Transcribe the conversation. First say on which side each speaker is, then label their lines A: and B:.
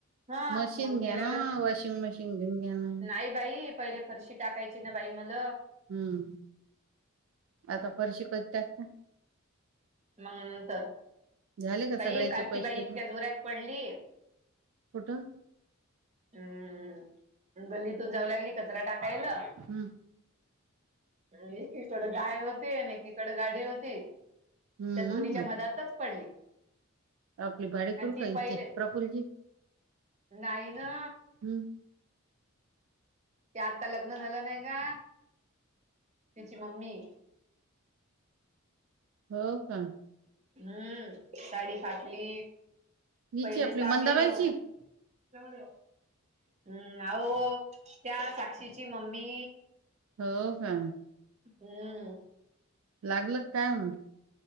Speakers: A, on the right; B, on the right.
A: हा
B: मशीन
A: मग
B: घ्या
A: गेल्यानंतर
B: ना वॉशिंग मशीन घेऊन घ्या ना
A: नाही बाई पहिले फरशी टाकायची ना बाई मल
B: हम्म आता फरशी कधी टाक
A: मग नंतर
B: झाले का
A: बाई
B: सगळ्याचे
A: काल
B: पैसे
A: ती बाई
B: भेटले
A: इतक्या जोऱ्यात पडली.
B: कुठं?
A: हम्म गल्लीतून जाऊ लागली कचरा टाकायला.
B: हम्म
A: एकीकड गाय होती आणि एकीकडे गाडी होती.
B: हम्म
A: त्या दोन्हीच्या मधातच पडली.
B: आपली भाडेकरू
A: आणि ती
B: का
A: पहिले
B: इच्छे प्रफुलजी
A: नाही ना
B: हम्म
A: त्या आत्ता लग्न झालं नाही का तिची मम्मी
B: हो का?
A: हम्म साडी फाटली
B: हिची
A: पहिलेच
B: आपली
A: तर आम्ही
B: मंदाबाईची
A: येऊ जवळ येव हम्म अहो त्या साक्षीची मम्मी,
B: हो का?
A: हम्....
B: लागलं काय मग